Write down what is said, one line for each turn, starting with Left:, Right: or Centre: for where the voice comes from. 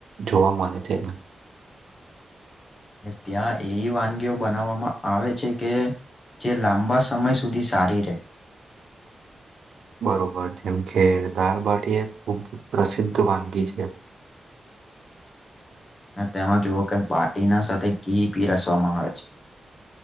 Right: જોવા મળે છે
Left: ને ત્યાં એવી વાનગીઓ બનાવવામાં આવે છે કે જે લાંબા સમય સુધી સારી રહે
Right: બરોબર, જેમ કેે દારબાટીએ ખૂબ જ પ્રસિદ્ધ વાનગી છે
Left: <unintelligible> અને તેમાં જોવો કે બાટીના સાથે ઘી પીરસવામાં આવે છે